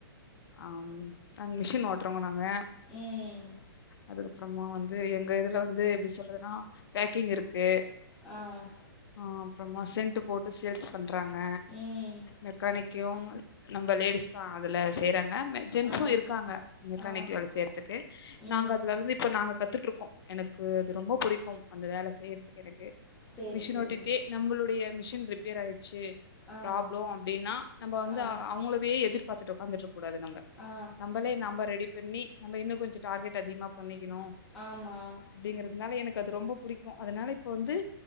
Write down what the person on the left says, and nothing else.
அம் அந் மிஷின் ஓட்றவங்க நாங்க
அதோட அப்றமா வந்து எங்க இதுல வந்து எப்டி சொல்துன்னா பேக்கிங் இருக்கு
ஆ அப்றமா சென்ட் போட் சேல்ஸ் பண்றாங்க
மெக்கானிக்கையு நம்ப லேடிஸ் தா அதுல செய்றாங்க ம ஜென்ஸு
இருக்காங்க இங்க கணக்கி
வேல செய்றதுக்கு
நாங்க அதுல இருந்து இப்ப நாங்க கத்துட் இருக்கோ எனக்கு அது ரொம்ப பிடிக்கும் அந்த வேல செய்றதுக்கு எனக்கு
மிஷின்
ஓட்டிட்டே நம்ளுடைய மிஷின் ரிப்பேர் ஆயிட்ச்சி
ப்ராப்ளோ அப்டின்னா நம்ப வந்து
அவங்களவே எதிர்பாத்துட்டு உக்காந்துட்ருக்க கூடாது நம்ப
நம்பளே நாம ரெடி பண்ணி நம்ம இன்னு கொஞ்சோ டார்கெட் அதிகமா பண்ணிகிணோ
அப்டிங்கிறதுனால எனக்கு அது ரொம்ப புடிக்கு அதனால இப்போ வந்து